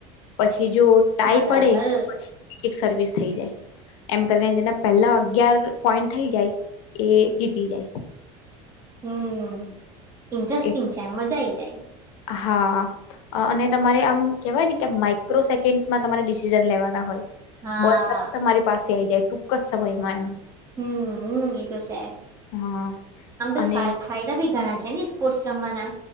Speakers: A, on the left (about 75°); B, on the right (about 20°).
A: પછી જો ટાઈ
B: બરાબર
A: પડે તો પછી એક સર્વિસ થઈ જાય. એમ કરીને જેના પહેલા અગયાર પોઈન્ટ થઈ જાય એ જીતી જાય.
B: હમ્મ ઇન્જેસ્ટિંગ
A: એ
B: છે, મજા આઈ જાય.
A: હા અહ અને તમારે આમ કહેવાય ને કે માઈક્રો સેકન્ડસમાં તમારે ડિસિઝન લેવાના હોય.
B: હા
A: બોલ <inaudible> તમારી પાસે આવીઈ જાય ટૂંક જ સમયમાં એમ.
B: હમ્મ અમ્મ, એ તો છે.
A: હા
B: આમ તો
A: અને
B: ફાય-ફાયદા બી ઘણા છે ને સ્પોર્ટસ રમાવાના?